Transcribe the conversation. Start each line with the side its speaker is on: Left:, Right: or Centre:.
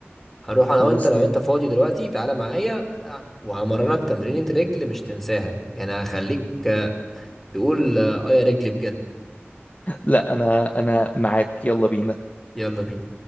Centre: هنروح
Left: خلاص
Centre: انا وانت لو
Left: جامد
Centre: انت فاضي دلوقتي تعالى معايا وهمرنك تمرينة رجل مش تنساها يعني هخليك تقول اه آه، يا رجلي بجد
Left: لا انا انا معاك يلا بينا
Centre: يلا بينا